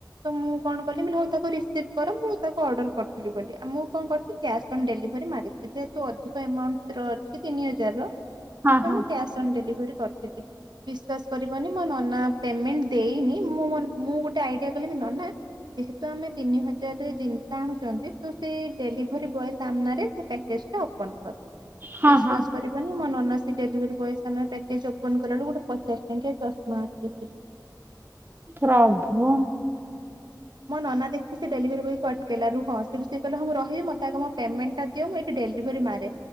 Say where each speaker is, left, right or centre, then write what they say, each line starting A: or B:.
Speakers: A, on the right; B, on the right.
A: ତ ମୁଁ କଣ କଲି ହଉ ତାକୁ ରିସିଭ କର ମୁଁ ତାକୁ ଅର୍ଡର କରିଥିଲି ବୋଲି ମୁଁ କଣ କରିଥିଲି କ୍ୟାସ୍ ଅନ ଡେଲିଭରି ମାରିଥିଲି ଯେହେତୁ ଅଧିକ ଏମାଉଣ୍ଟ ର ଅଛି ତିନି ହଜାର । ସେଥିପାଇଁ
B: ହଁ ହଁ
A: ମୁଁ କ୍ୟାସ୍ ଅନ୍ ଡେଲିଭରି କରି। ସ <unintelligible> ବିଶ୍ଵାସ କରିବନି ମୋ ନନା ପେମେଣ୍ଟ ଦେଇନି ମୁଁ ମୁଁ ଗୋଟେ ଆଇଡିଆ କଲି କି ନନା ଯେହେତୁ ଆମେ ତିନି ହଜାର ଜିନିଷ ଆଣୁଛନ୍ତି ତ ସେ ଡେଲିଭରି ବୟ ସାମ୍ନାରେ ସେ ପ୍ୟାକେଜ ଟା ଓପନ କର।
B: ହଁ
A: ବିଶ୍ଵାସ
B: ହଁ
A: କରିବନି ମୋ ନନା। <unintelligible> ସେ ଡେଲିଭରୀ ବୟ ସାମ୍ନା ରେ ପ୍ୟାକେଜ ଓପନ୍ କଲା ବେଳକୁ ଗୋଟେ। ପଚାଶ ଟଙ୍କିଆ ଚଷମା ଅଛି ।
B: ପ୍ରଭୁ।
A: ମୋ ନନା ଦେଖି ସେ ଡେଲିଭରି ବୟକୁ ଅଟକେଇଲା ରୁହ ହଁ ସେଠୁ ସେଏ କହିଲ ହ ମୁଁ ରହିବି ମତେ ଆଗ ମୋ ପେମେଣ୍ଟା ଟା ଦିଅ ମୁଁ ଏଠି ଡେଲିଭରି ମାରେ